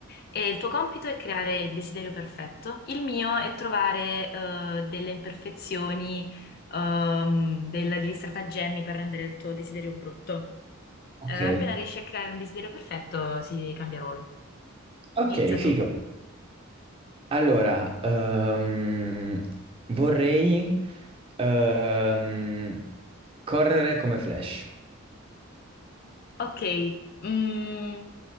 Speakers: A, on the left; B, on the right.
A: E il tuo compito è creare il desiderio perfetto. Il mio è trovare eh, delle imperfezioni, ehm, del- degli stratagemmi per rendere il tuo desiderio brutto.
B: Ok,
A: Eh, appena riesci a creare un desiderio perfetto, si cambia ruolo.
B: ok,
A: Inizia
B: figo.
A: tu.
B: Allora, ehm, vorrei ehm, correre come Flash.
A: Ok. mm,